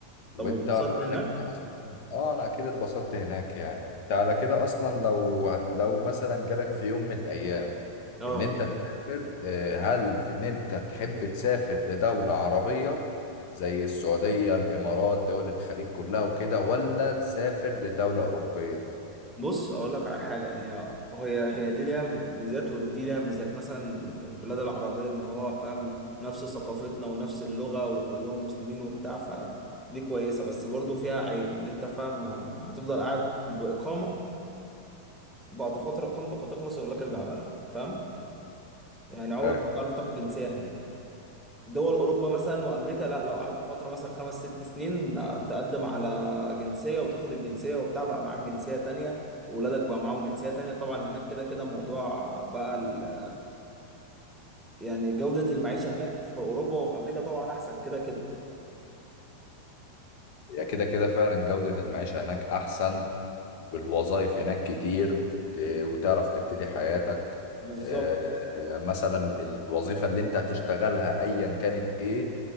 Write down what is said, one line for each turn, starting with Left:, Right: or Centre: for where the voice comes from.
Left: وانت
Centre: طب واتبسطت
Left: على
Centre: هناك
Left: كده اصلا اه انا اكيد اتبسطت هناك يعني انت على كده اصلا لو هت... لو مثلا جالك في يوم من الايام
Centre: اه
Left: ان انت تسافر آه، هل ان انت تحب تسافر لدولة عربية زي السعودية الامارات دول الخليج كلها وكده ولا تسافر لدولة اوروبية
Centre: بص اقول لك على حاجه يعني هي هي دي ليها ميزات ودي ليها ميزات مثلا البلاد العربيه ان هو فاهم نفس ثقافتنا ونفس اللغه وكلهم مسلمين وبتاع فدي كويسه بس برضو فيها عيب ان انت فاهم هتفضل قاعد باقامه بعد فتره اقامتك هتخلص يقول لك ارجع بلدك فاهم يعني عمرك
Left: فاهم.
Centre: ما هتعرف تاخد جنسيه هناك دول اوروبا مثلا وامريكا لا لو قعدت فتره مثلا خمس ست سنين تقدم على جنسيه وتاخد الجنسيه وبتاع بقى معاك جنسيه تانية واولادك بقى معاهم جنسيه تانية طبعا هناك كده كده موضوع بقى ال... يعني جوده المعيشه هناك في اوروبا وفي امريكا طبعا احسن كده كده
Left: هي كده كده فعلا جودة المعيشة هناك احسن والوظائف هناك كتير ت- وتعرف تبتدي حياتك
Centre: بالظبط
Left: آه، آه، مثلا الوظيفة اللي انت هتشتغلها ايا كانت ايه